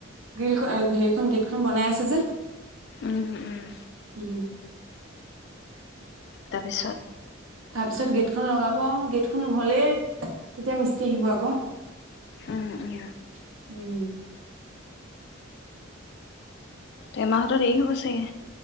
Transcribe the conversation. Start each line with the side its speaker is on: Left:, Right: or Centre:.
Right: গ্ৰীল হেৰিখন গেটখন বনাই আছে যে
Left: উম উম উম
Right: উম।
Left: তাৰপিছত
Right: তাৰপিছত গেটখন লগাব গেটখন হ'লেই তেতিয়া মিস্ত্ৰী আহিব আকৌ
Left: উম উম
Right: উম
Left: এমাহটো দেৰি হব চাগে